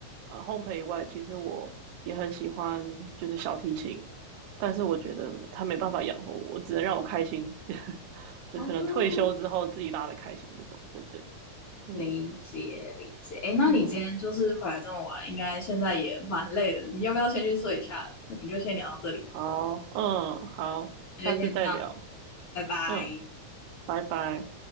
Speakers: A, on the right; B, on the left.
A: 呃烘焙以外，其实我也很喜欢就是小提琴，但是我觉得它没办法养活我，只能让我开心，<laughs> 就可能退休之后自己拉的开心这种。
B: 哦，
A: 对对，嗯
B: 理解理解。哎，那你今天就是回来这么晚，
A: 嗯。
B: 应该现在也蛮累的，你要不要先去睡一下？我们就先聊到这里，
A: 好，嗯，好，
B: 那就先这样，
A: 下次再聊，
B: 拜拜。
A: 嗯，拜拜。